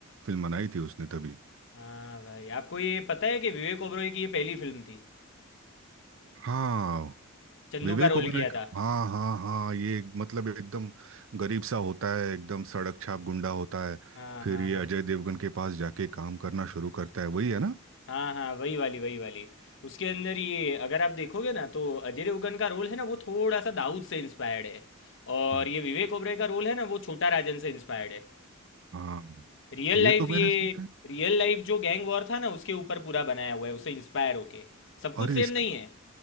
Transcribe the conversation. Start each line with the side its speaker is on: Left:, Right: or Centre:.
Right: फिल्म बनाई थी उसने तभी
Left: हाँ भाई आपको ये पता है कि विवेक ओबरॉय की ये पहली फिल्म थी
Right: हाँ
Left: चंदू
Right: विवेक
Left: का रोल
Right: ओबराय
Left: किया
Right: का
Left: था
Right: हाँ हाँ हाँ ये मतलब एकदम गरीब सा होता है एकदम सड़क छाप गुंडा होता है
Left: हाँ
Right: फिर
Left: हाँ
Right: ये
Left: हाँ
Right: अजय देवगन के पास जाके काम करना शुरू करता है वही है ना
Left: हाँ हाँ वही वाली वही वाली उसके अंदर ये अगर आप देखोगे ना तो अजय देवगन का रोल है ना वो थोड़ा सा दाऊद से इंस्पायर्ड है और
Right: हाँ
Left: ये विवेक ओबराय का रोल है ना वो छोटा राजन से इंस्पायर्ड है
Right: हाँ
Left: रियल
Right: ये
Left: लाइफ
Right: तो
Left: ये
Right: मैंने सोचा है
Left: रियल लाइफ जो गैंग वॉर था ना उसके ऊपर पूरा बनाया हुआ है उससे इंस्पायर होके सब कुछ
Right: अरे
Left: सेम
Right: इसकी
Left: नहीं है